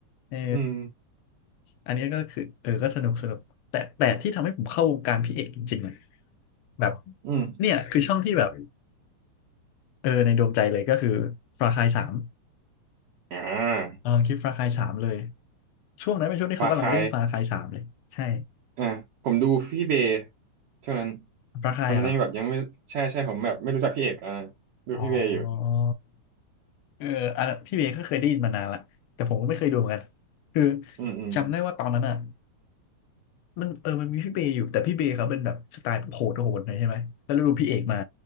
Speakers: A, on the left; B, on the right.
A: เออ
B: อืม
A: อันนี้ก็คือเออก็สนุกสนุกแต่แต่ที่ทำให้ผมเข้าวงการพี่เอกจริงๆเลยแบบ
B: อืม
A: เนี่ยคือช่องที่แบบเออในดวงใจเลยก็คือฟาคายสาม
B: อ่า
A: เออคลิปฟาคายสามเลยช่วงนั้นเป็นช่วงที่เขากำลังเล่นฟาคายสามเลยใช่
B: พาใครอ่าผมดูพี่เบย์ช่วงนั้น
A: ฟาคายเหรอ
B: ตอนนั้นยังแบบยังไม่ใช่ใช่ผมแบบไม่รู้จักพี่เอกอ่ะนะดูพี่เบย์อยู่
A: อ๋อเอออันนั้นพี่เบย์ก็เคยได้ยินมานานละแต่ผมก็ไม่เคยดูเหมือนกันคือ
B: อืมอืม
A: จำได้ว่าตอนนั้นอ่ะ มันเออมันมีพี่เบย์อยู่แต่พี่เบย์เขาเป็นแบบสไตล์โหดโหดหน่อยใช่ไหมแล้วเราดูพี่เอกมา